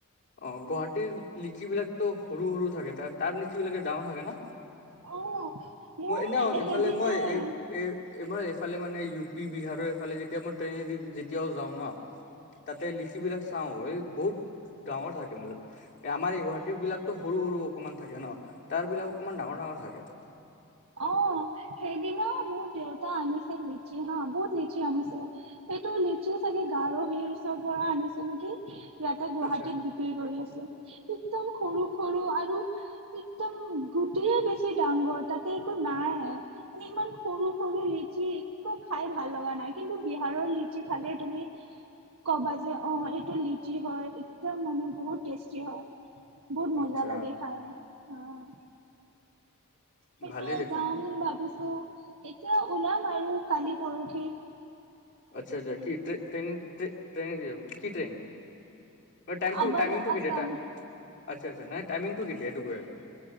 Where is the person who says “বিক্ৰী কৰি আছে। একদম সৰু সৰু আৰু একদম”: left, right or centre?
Right